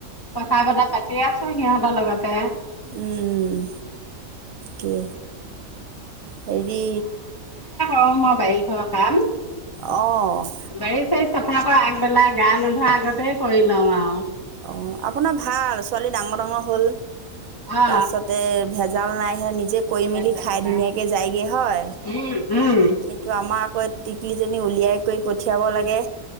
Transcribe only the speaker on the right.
উম উম কি হেৰি,
অঁ।
অঁ আপোনাৰ ভাল ছোৱালী ডাঙৰ ডাঙৰ হ'ল।
তাৰ পাছতে ভেজাল নাই। <unintelligible> নিজে কৰি মেলি
খাই
ধুনীয়াকে যায়গৈ হয়।
কিন্তু আমাৰ আকৌ টিকলিজনী উলিয়াই। কৰি পঠিয়াব লাগে।